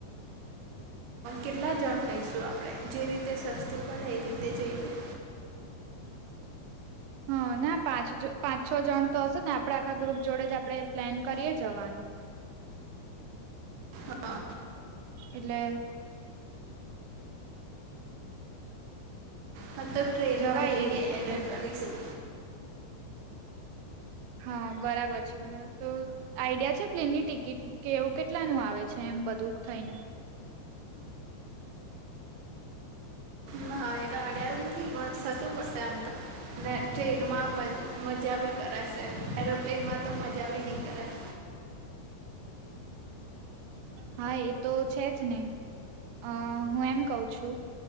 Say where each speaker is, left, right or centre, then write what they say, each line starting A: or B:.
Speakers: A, on the right; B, on the right.
A: કેટલા જણ હોઈશું આપણે જે રીતે સસ્તું પડે એ રીતે જઈએ.
B: હા ના પાંચ પાંચ છ જણ તો હશે ને આપડે આખા ગ્રુપ જોડે જ આપણે પ્લેન કરીએ જવાનું.
A: હા
B: એટલે.
A: હ તો ટ્રેનમાં
B: જવાય
A: જઈએ
B: એ રીતે
A: એન્ડ્રોઈડ
B: એમ
A: કરીશું.
B: હા બરાબર છે બરાબર તો. આઈડિયા છે પ્લેનની ટિકિટ કે એવું કેટલાનું આવે છે એમ બધું થઈને.
A: ના એ તો આડ્યા નથી પણ સસું પડશે આમ તો. અને ટ્રેનમાં મજા ભી કરાશે એરોપ્લેનમાં તો મજા બી નહી કરાય.
B: હા એ તો છે જ ને અ હું એમ કઉ છું.